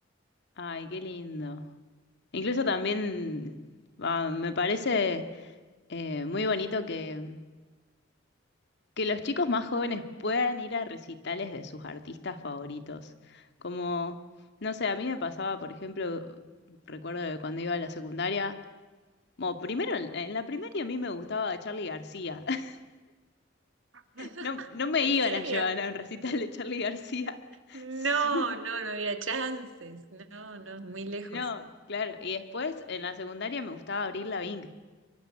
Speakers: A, on the left; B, on the right.
A: Ay, qué lindo. Incluso también ah, me parece eh, muy bonito que, que los chicos más jóvenes puedan ir a recitales de sus artistas favoritos. Como, no sé, a mí me pasaba, por ejemplo, recuerdo de cuando iba a la secundaria, bueno, primero en, en la primaria a mí me gustaba Charly García. <laughs>
B: <laughs>
A: No, no me
B: ¿En
A: iban
B: serio?
A: a llevar a un recital de Charly García. <laughs>
B: No,
A: Sí,
B: no, no había chances. No, no, muy lejos.
A: no, claro. Y después en la secundaria me gustaba Avril Lavigne,